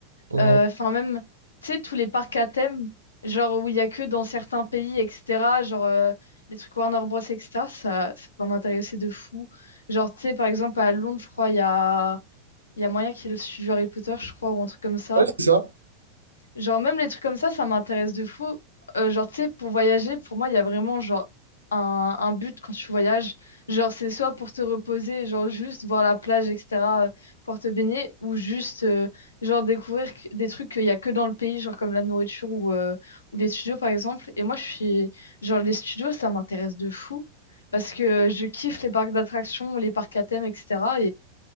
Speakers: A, on the right (about 75°); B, on the left (about 70°).
A: Mhm.
B: Euh, Enfin, même, tu sais, tous les parcs à thème, genre, où il y a que dans certains pays, etc. Genre, euh, les trucs Warner Bros, etc. Ça, ça pourrait m'intéresser de fou. Genre, tu sais, par exemple, à Londres, je crois, il y a... il y a moyen qu'il y qu'ils suivent Harry Potter, je crois, ou un truc comme ça.
A: Ouais, c'est ça.
B: Genre, même les trucs comme ça, ça m'intéresse de fou. Euh, genre, tu sais, pour voyager, pour moi, il y a vraiment genre un, un but quand tu voyages. Genre, c'est soit pour te reposer, genre juste voir la plage, etc., euh, pour te baigner, ou juste euh, genre découvrir que- des trucs qu'il y a que dans le pays, genre comme la nourriture ou, euh, ou les studios, par exemple. Et moi, je suis genre, les studios, ça m'intéresse de fou parce que je kiffe les parcs d'attractions, les parcs à thème, etc.